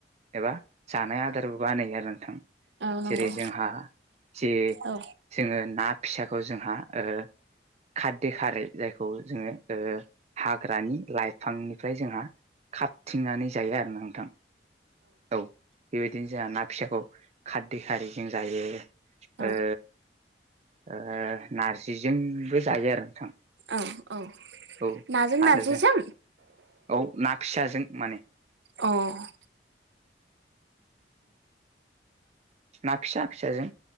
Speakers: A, on the right; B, on the right.
A: एबा जानाय आदारबो बानाययो आरो नोंथां।
B: औ नंगौ
A: जेरै जोंहा जे
B: औ
A: जोङो ना फिसाखौ जोंहा ओ खारदै खारै जायखौ जोङो ओ हाग्रानि लाइफांनिफ्राय जोंहा खाबथिंनानै जायो आरो ना नोंथां। औ बेबायदिनो जोहा ना फिसाखौ खारदै खारि जों जायो।
B: औ
A: ओ। ओ नारजिजोंबो जायो आरो नोंथां।
B: औ औ।
A: औ
B: नाजों
A: आरो
B: नारजिजों
A: जों, औ ना फिसाजों माने।
B: अह
A: ना फिसा फिसाजों